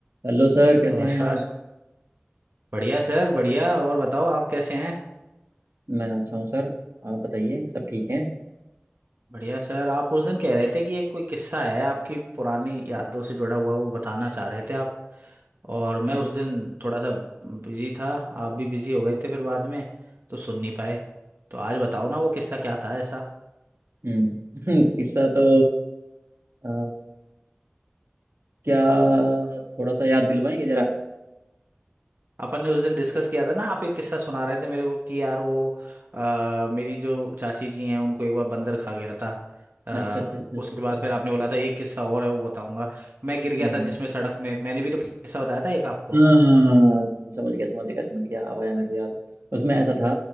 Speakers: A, on the right; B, on the right.
A: Hello sir कैसे
B: नमस्कार
A: हैं आप
B: सर बढ़िया सर बढ़िया और बताओ आप कैसे हैं
A: मैं अच्छा हूँ सर आप बताइए सब ठीक है
B: बढ़िया सर आप उस दिन कह रहे थे कि एक कोई किस्सा है आपकी पुरानी यादों से जुड़ा हुआ वो बताना चाह रहे थे आप और मैं
A: हम्म
B: उस दिन थोड़ा सा बिजी था आप भी बिजी हो गए थे फिर बाद में तो सुन नहीं पाए तो आज बताओ ना वो किस्सा क्या था ऐसा
A: हम्म <laughs> किस्सा तो अ, क्या थोड़ा सा याद दिलवाएंगे जरा
B: अपन ने उस दिन डिस्कस किया था ना आप एक किस्सा सुना रहे थे मेरे को कि यार वो आ, मेरी जो चाची जी हैं उनको एक बार बंदर खा गया था आ,
A: अच्छा अच्छा अच्छा अच्छा
B: उसके
A: अच्छा
B: बाद फिर आपने बोला था एक किस्सा और है वो बताऊंगा मैं गिर गया
A: हम्म
B: था जिसमें सड़क में मैंने भी तो किस्सा बताया था एक आपको
A: हाँ समझ गया समझ गया समझ गया अब आया मेरे को याद उसमें ऐसा था